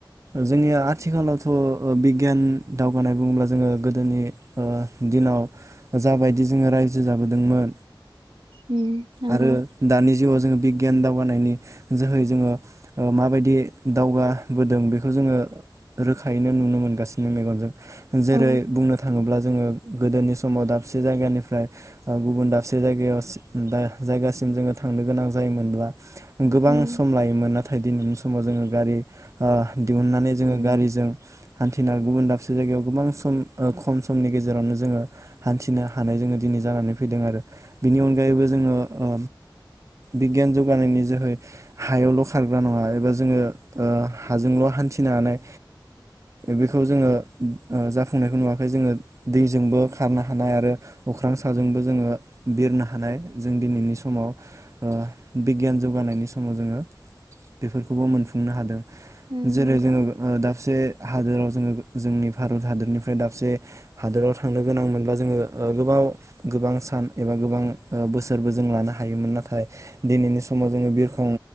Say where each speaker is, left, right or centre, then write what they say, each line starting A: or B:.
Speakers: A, on the right (about 40°); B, on the right (about 80°).
A: जोंनिया आथिखालावथ ओ बिगियान दावगानाय बुंङोब्ला जोंङो गोदोनि ओ दिनाव जाबायदि जोंङो रायजो जाबोदोंमोन।
B: उम नंगौ
A: आरो दानि जुगाव जोङो बि गियान दावगानायनि जोहै जोङो ओ माबायदि दावगा बोदों बेखौ जोङो रोखायैनो नुनो मोनगासिनो मेगनजों। जेरै
B: औ
A: बुंनो थांङोब्ला जोङो गोदोनि समाव दाबसे जायगानिफ्राय ओ गुबुन दाबसे जायगायाव सि दा जायगासिम जोंङो थांनो गोनां जायोमोनब्ला गोबां
B: उम
A: सम लायोमोन नाथाय दिनैनि स समाव जोङो गारि ओ दिहुननानै जोङो
B: उम
A: गारिजों हान्थिना गुबुन दाबसे जायगायाव गोबां सम ओ खम समनि गेजेरावनो जोंङो हान्थिनो हानाय जोंङो दिनै जानानै फैदों आरो बिनि अनगायैबो जोङो ओ बिगियान जौगानायनि जोहै हायावल खारग्रा नङा एबा ज जोङो ओ हाजोंल हान्थिनो हानाय बेखौ जोङो ओ जाफुंनायखौ नुवाखै जोङो दैजोंबो खारनो हानाय आरो अख्रां साजोंबो जोङो बिरनो हानाय जों दिनैनि समाव ओ बिगियान जौगानायनि समाव जोङो बेफोरख खौबो मोनफुंनो हादों।
B: उम
A: जेरै
B: नंगौ
A: जोङोब ओ दाबसे हादोराव जोङो जोंनि भारत हादोरनिफ्राय दाबसे हादोराव थांनो गोनां मोनब्ला जोङो ओ गोबाव गोबां सान एबा गोबां ओ बोसोरबो जों लानो हायोमोन नाथाय दिनैनि समाव जोङो बिरखं